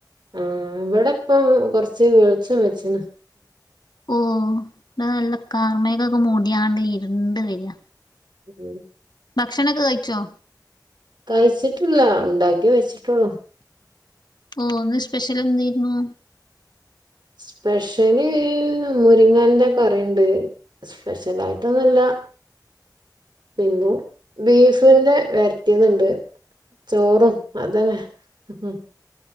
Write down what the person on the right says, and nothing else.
ആഇവിടെ ഇപ്പം കൊറച്ച് വെളിച്ചം വെച്ചിണ്
ഉം.
കഴിച്ചിട്ടില്ല ഉണ്ടാക്കി വച്ചിട്ടുള്ളൂ.
സ്പെഷ്യല് മുരിങ്ങന്റെ കറിൻണ്ട് സ്പെഷ്യല ആയിട്ടൊന്നുല്ലാ.
പിന്നെ ബീഫിന്റെ വെരറ്റിയേത് ഇണ്ട്. ചോറും അതന്നെ മ്